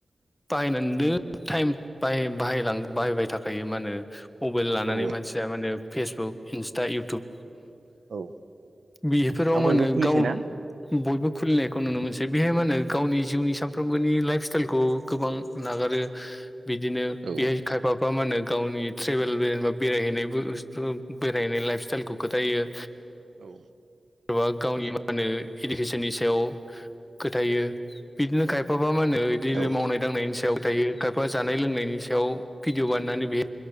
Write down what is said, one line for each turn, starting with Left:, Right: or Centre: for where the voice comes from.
Left: बाहायनानै दो टाइम ब बाहाय बाहायबाय थाखायो मा होनो मबाइल लानानै
Right: औ
Left: मानसिया माने फेसबुक इन्स्टा इउटुब
Right: औ
Left: बेफोराव
Right: दा
Left: मा
Right: बयबो
Left: होनो
Right: खुलिसैना
Left: गाव बयबो खुलिनाय खौ नुनो मोनसै बेहाय मा होनो गावनि जिउनि सानफ्रामबोनि लाइफ स्टाइलखौ गोबां नागारो बिदिनो
Right: औ
Left: बेहाय खायफाफ्रा मा होनो गावनि ट्रेभेलबा बेरायहैनायबो बेरायहैनाय लाइफ स्टाइलखौ खोथायो
Right: औ
Left: सोरबा गावनि मा होनो इडुकेसननि सायाव फोथायो बिदिनो खायफा माबा मा होनो बिदिनो
Right: औ
Left: मावनाय दांनायनि सायाव थायो खायफा जानाय लोंनायनि सायाव भिडिअ बानायनानै बेहाय